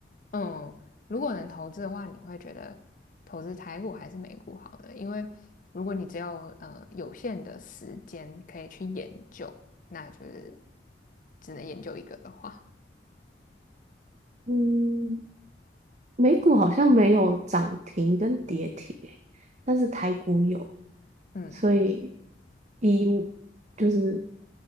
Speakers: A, on the left; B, on the right.
A: 嗯，如果能投资的话，你会觉得投资台股还是美股好呢？因为如果你只有呃有限的时间可以去研究，那就是只能研究一个的话，
B: 嗯，美股好像没有涨停跟跌停、诶，但是台股有。
A: 嗯
B: 所以以就是